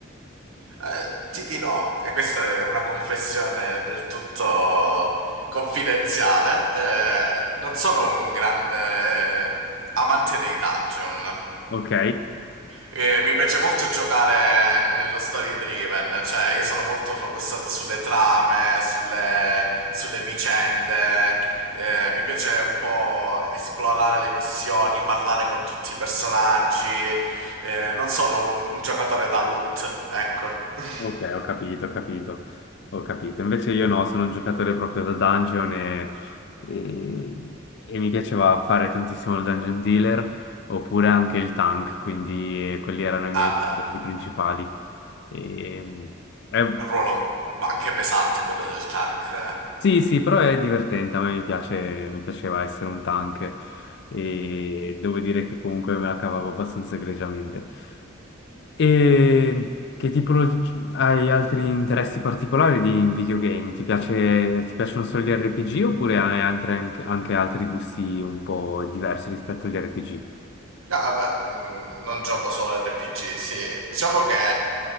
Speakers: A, on the right; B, on the left.
A: Eh, ti dirò, e questa è una confessione del tutto confidenziale, eh, non sono un grande eh, amante dei dungeon.
B: Ok?
A: Eh, mi piace molto giocare nello story driven, cioè io sono molto focussato sulle trame, sulle, sulle vicende, eh, mi piace un po' esplorare le missioni, parlare con tutti i personaggi, eh, non sono un, un giocatore da loot, ecco. <laughs>
B: Ok, ho capito, ho capito, ho capito. Invece io no, sono un giocatore proprio da dungeon e, e- e mi piaceva fare tantissimo il dungeon dealer oppure anche il tank, quindi quelli erano i miei
A: Ah beh,
B: ruoli principali. E, eh,
A: è un ruolo ma anche pesante quello del tank. eh.
B: Sì, sì, però è divertente, a me mi piace, mi piaceva essere un tank e devo dire che comunque me la cavavo abbastanza egregiamente. E che tipo hai altri interessi particolari di, in videogame? Ti piace, ti piacciono solo gli RPG oppure hai altre- anche, anche altri gusti un po' diversi rispetto agli RPG?
A: No, vabbè, mm, non gioco solo RPG, sì. Diciamo che